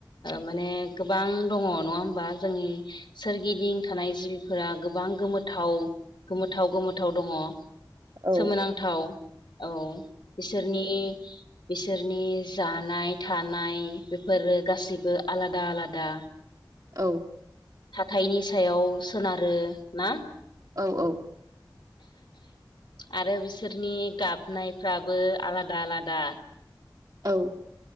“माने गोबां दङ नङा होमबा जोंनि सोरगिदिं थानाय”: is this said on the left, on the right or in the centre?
Left